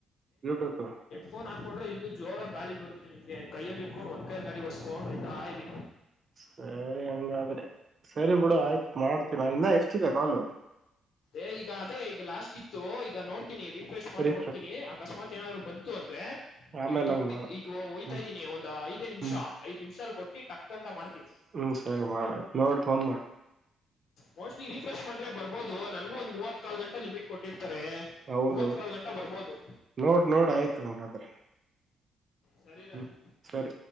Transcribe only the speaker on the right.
ಬ್ಲೂಟೂತ್.
ಸರಿ ಹಂಗಾದ್ರೆ ಸರಿ ಬಿಡು ಆಯ್ತು ಮಾಡ್ತೀನ ಇನ್ನ ಎಷ್ಟಿದೆ ಕಾಲು.
ರಿಫ್ರೆಶ್
ಆಮೇಲೆ
ಹಂಗ್ ಮಾಡಷ್ಟು
ಹ್ಮ್
ಹ್ಮ್
ಹ್ಮ್ ಸರಿ ಮಾಡ್ ಆಯ್ತು ನೋಡ್ ಫೋನ್ ಮಾಡ.
ಹೌದೌದು
ನೋಡ್ ನೋಡ್ ಆಯ್ತು ಹಂಗಾದ್ರೆ.
ಹ್ಮ್ ಸರಿ